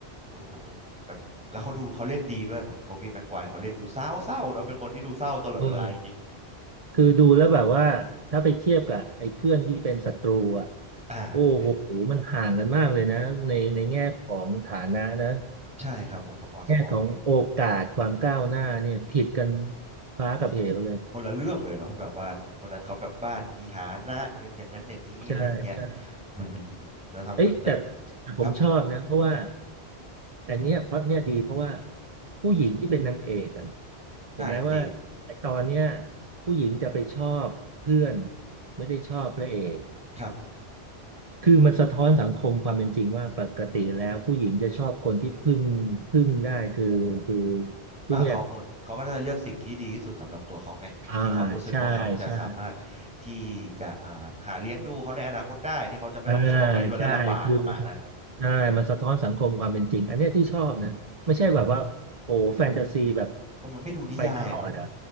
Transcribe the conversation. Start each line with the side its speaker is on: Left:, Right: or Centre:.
Centre: โอ้โหแบบแล้วเขาดูเขาเล่นดีด้วยผมโทบี้แม็กไกวร์เขาเล่นดูเศร้าๆเนาะเป็นคนที่ดูเศร้าตลอดเวลาจริง
Right: เออ คือดูแล้วแบบว่าถ้าไปเทียบกับไอ้เพื่อนที่เป็นศัตรูอ่ะ
Centre: ๆอ่าได้
Right: โอ้โหมันห่างกันมากเลยนะในในแง่ของฐานะนะ
Centre: ใช่ครับผมกับออสบอร์นนี่
Right: แง่ของโอกาสความก้าวหน้าเนี่ยผิดกันฟ้ากับเหวเลย
Centre: โคคนละเรื่องเลยเนาะแบบว่าคนนั้นเขาแบบบ้านมีฐานะเป็นอย่างนั้นอย่างนี้อะไรอย่างเงี้ย
Right: ใช่ใช่
Centre: อืมแล้วทำครับแต่
Right: เอ้ยแต่แต่ผมชอบนะเพราะว่า
Centre: ครับ
Right: อันเนี้ยพล็อตเนี้ยดีเพราะว่าผู้หญิงที่เป็นนางเอกอะเห็นไหมว่า
Centre: อ่าเอ็มเจ
Right: ตอนเนี้ยผู้หญิงจะไปชอบเพื่อนไม่ได้ชอบพระเอก
Centre: ครับ
Right: คือมันสะท้อนสังคมความเป็นจริงว่าปกติแล้วผู้หญิงจะชอบคนที่พึ่งพึ่งได้คือคือผู้เนี่ย
Centre: อ่าเขาก็เขาก็จะเลือกสิ่งที่ดีที่สุดสำหรับตัวเขาไหมที่เขารู้สึกว่าเขาจะสามารถที่จะอ่าหาเลี้ยงดูเขาในอนาคตได้ที่เขาจะไม่ต้องรู้สึกว่าไปด้วยแล้วลำบากประมาณนั้น
Right: อ่าใช่ใช่อ่าใช่คือมันใช่มันสะท้อนสังคมความเป็นจริงอันเนี้ยที่ชอบนะไม่ใช่แบบว่าโอ้แฟนตาซีแบบ
Centre: อืมเออมันไม่ดูนิยายอะเนาะ
Right: ไปตลอดอ่ะ